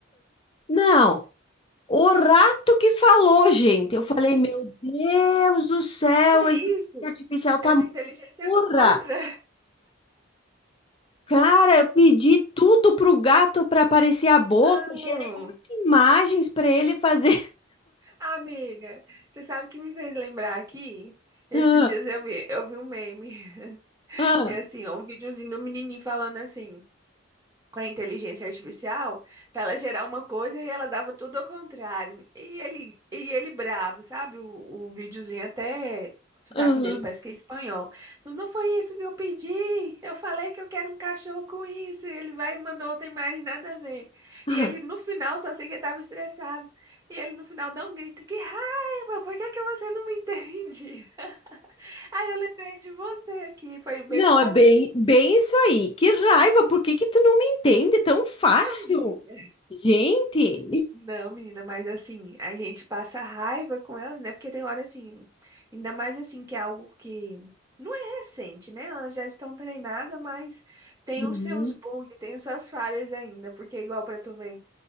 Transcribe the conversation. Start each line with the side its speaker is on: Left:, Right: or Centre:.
Left: não. O rato que falou, gente. Eu falei, meu Deus do céu,
Right: Que é
Left: a inteligência
Right: isso?
Left: artificial tá
Right: Essa inteligência
Left: burra.
Right: é do contra?
Left: Cara, eu pedi tudo pro gato para aparecer a boca,
Right: Não.
Left: gerei oito imagens para ele fazer. <laughs>
Right: Amiga, você sabe o que me fez lembrar aqui? Esses
Left: Ah,
Right: dias eu vi, eu vi um meme,
Left: ah,
Right: que é assim, é um videozinho do menininho falando assim. com a inteligência artificial para ela gerar uma coisa e ela dava tudo ao contrário. E ele, e ele bravo, sabe? O, o videozinho até o sotaque
Left: aham,
Right: dele parece que é espanhol. Falou, não foi isso que eu pedi. Eu falei que eu quero um cachorro com isso. E ele vai e mandou outra imagem, nada a ver.
Left: aham.
Right: E ele no final, só sei que ele estava estressado. E ele no final dá um grito, que raiva, por que que você não me entende? <laughs> Aí eu lembrei de você aqui, foi bem
Left: Não,
Right: quase
Left: é bem,
Right: que
Left: bem isso aí. Que raiva, por que que tu não me entende tão fácil?
Right: <laughs> amiga.
Left: Gente.
Right: Não, menina, mas assim, a gente passa raiva com elas, né? Porque tem hora assim, ainda mais assim, que é algo que não é recente, né? Elas já estão treinadas, mas tem
Left: Uhum.
Right: os seus bugs, tem as suas falhas ainda, porque é igual pra tu ver.